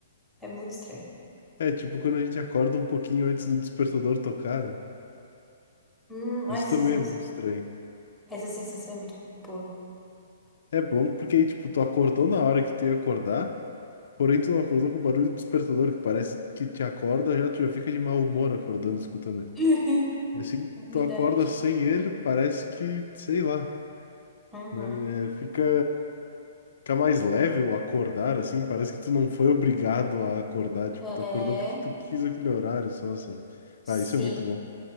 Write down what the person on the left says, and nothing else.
É, tipo quando a gente acorda um pouquinho antes do despertador tocar, né?
Isso
também
é muito estranho.
É bom porque, tipo, tu acordou na hora que tu ia acordar, porém tu não acordou com o barulho do despertador, que parece que te acorda, já tu já fica de mau humor acordando, escutando ele.
E Assim,
tu
acorda sem ele, parece que, sei lá,
mas é, fica, fica mais leve o acordar, assim, parece que tu não foi obrigado a acordar, tipo,
tu acordou porque tu quis aquele horário só, sabe?
Ah, isso é muito bom.